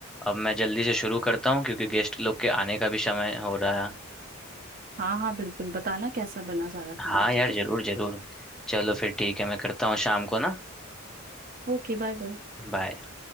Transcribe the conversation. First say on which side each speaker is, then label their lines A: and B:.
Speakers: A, in the centre; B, on the right (about 40°).
A: अब मैं जल्दी से शुरू करता हूँ क्योंकि गेस्ट लोग के आने का भी समय हो रहा है
B: हाँ हाँ बिल्कुल बताना कैसा बना सारा खाना
A: हाँ
B: ठीक
A: यार
B: है
A: जरूर जरूर चलो फिर ठीक है मैं करता हूँ शाम को ना
B: Okay bye bye
A: बाय